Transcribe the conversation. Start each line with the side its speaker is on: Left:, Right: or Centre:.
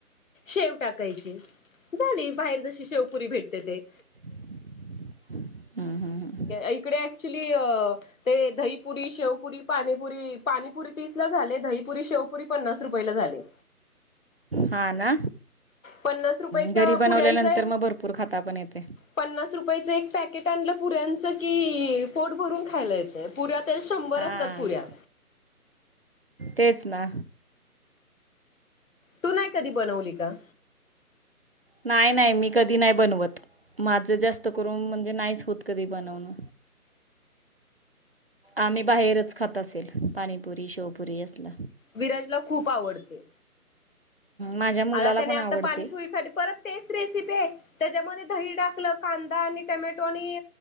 Left: शेव टाकायची झाली बाहेर जशी शेवपुरी भेटते ते.
Right: <inaudible> हम्म, हम्म, हम्म.
Left: इकडे ऍक्च्युली ते दहीपुरी, शेवपुरी, पाणीपुरी, पाणीपुरी तीस ला झाले दहीपुरी, शेवपुरी पन्नास रुपयेला झालीय.
Right: हा ना
Left: पन्नास रुपयाच
Right: घरी
Left: पुऱ्यांचं
Right: बनवल्यानंतर मग भरपूर खाता पण येते.
Left: पन्नास रुपयाचं एक पॅकेट आणलं पुऱ्यांचं की पोट भरून खायला येतय पुऱ्या तर शंभर
Right: हां
Left: असतात पुऱ्या
Right: तेच ना
Left: तू नाही कधी बनवली का?
Right: नाही नाही मी कधी नाही बनवत माझं जास्त करून म्हणजे नाहीच होत कधी बनवणं. आम्ही बाहेरच खात असेल पाणीपुरी, शेवपुरी असल.
Left: विराजला खूप आवडते.
Right: माझ्या मुलाला
Left: आता त्याने
Right: पण
Left: आता
Right: आवडते.
Left: पाणी पुरी साठी परत तेच रेसिपी आहे त्याच्यामध्ये दही टाकलं, कांदा आणि टोमॅटो आणि